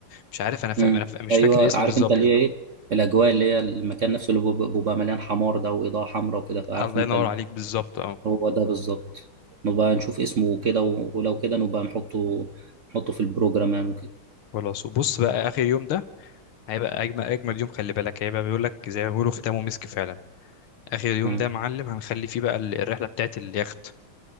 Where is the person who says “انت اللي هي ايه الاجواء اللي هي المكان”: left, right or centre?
Right